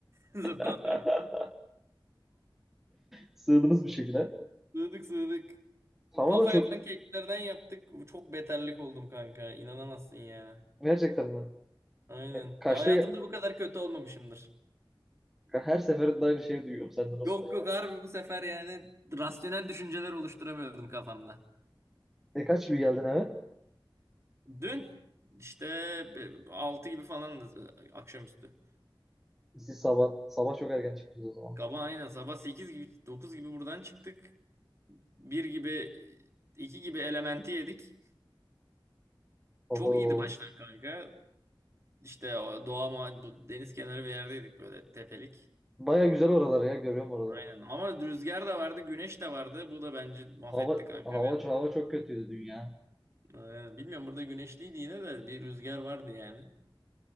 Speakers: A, on the right (about 35°); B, in the centre.
A: <laughs>
B: <laughs> Sığdınız bir şekilde.
A: Sığdık sığdık.
B: Hava
A: Kafa
B: da çok
A: yapan keklerden yaptık. Çok beterlik oldum kanka. İnanamazsın yani.
B: gerçekten mi?
A: Aynen.
B: E, kaçta
A: Hayatımda bu kadar kötü olmamışımdır.
B: Her seferinde aynı şeyi duyuyorum senden Osman
A: Yok
B: ya.
A: yok harbi bu sefer yani rasyonel düşünceler oluşturamıyordum kafamda.
B: E kaç gibi geldin eve?
A: Dün işte be- 6 gibi falandı e, akşamüstü.
B: Siz sabah. Sabah çok erken çıktınız o zaman.
A: Kaba aynen sabah 8 gibi 9 gibi buradan çıktık. Bir gibi iki gibi elementi yedik.
B: Oho.
A: Çok iyiydi başlar kanka. İşte o doğa muha- bu deniz kenarı bir yerdeydik böyle tepelik.
B: Baya güzel oralar ya. Görüyorum oraları.
A: Aynen ama rüzgar da vardı güneş de vardı. Bu da bence mahvetti
B: Hava,
A: kanka
B: hava,
A: bir yandan.
B: hava çok kötüydü dün ya.
A: Aynen. Bilmiyorum burada güneşliydi yine de bir rüzgar vardı yani.